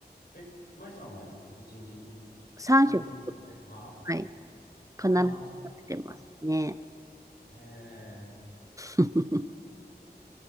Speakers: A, on the left; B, on the right.
A: え、舞さんは1日
B: 3食、
A: 3食食べる派
B: はい、必ず食べてますね。
A: ああー、そっか。えー、
B: <laughs>